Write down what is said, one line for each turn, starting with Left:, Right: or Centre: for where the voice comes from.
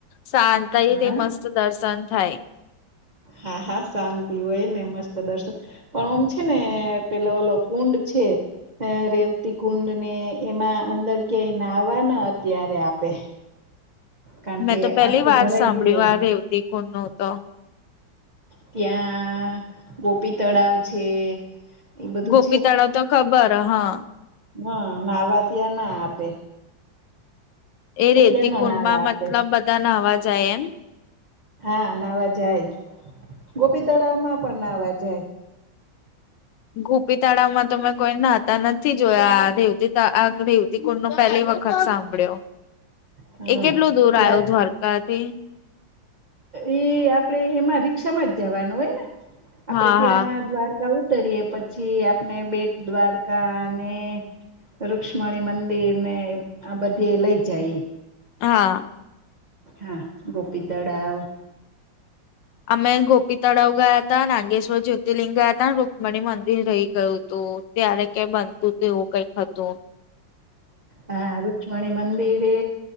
Left: શાંતઈ
Right: હા
Left: થી મસ્ત દર્શન થાય.
Right: હા હા શાંતિ હોય ને મસ્ત દર્શન પણ ઓમ છે ને પેલો વાલો કુંડ છે. રેવતી કુંડ ને એમાં અંદર ક્યાંય નાહવા ના અત્યારે આપે. કારણ
Left: મેં
Right: કે
Left: તો પહેલી
Right: આખું
Left: વાર
Right: ભરાઈ
Left: સાંભળી
Right: ગયું હોય
Left: આ રેતી ખુનો તો.
Right: ત્યાં ગોપી તળાવ છે. એ બધું
Left: ગોપી તળાવ તો ખબર હા.
Right: હમ માવાઠીયા ત્યાં ના આપે.
Left: એ રેતી
Right: અત્યાર નો
Left: કુંડમાં
Right: નાવા
Left: મતલબ
Right: આપે
Left: બધા નાવા જાય એમ.
Right: હા નાવા જાય ગોપી તળાવમાં પણ નાવા જાય.
Left: ગૂપી તાળાવમાં તો મેં કોઈ નાહતા નથી જોયા રેવતીે િકુળ નો પહેલી વખત સાંભળ્યો
Right: હા
Left: એ કેટલું દૂર
Right: ત્યાં
Left: આવ્યો દ્વારકાથી
Right: એ આપડે એમાં રિક્ષામાં જ જવાનું હોય ને આપડે
Left: હા
Right: ત્યાં
Left: હા
Right: દ્વારકાઓ ઉતરીએ પછી આપણે બેટ દ્વારકા અને રુક્ષ્મણી મંદિર ને આ બધી લઈ જાય
Left: હા
Right: હા ગોપી તળાવ
Left: અમે ગોપી તળાવ ગયા હતા નાગેશ્વર જ્યોતિર્લિંગ ગયા હતા રુકમણી મંદિર રહી ગયુંું તો ત્યારે ક્યા બનતું હતું એવું કઈક હતું
Right: હા રુક્ષ્મણી મંદિરે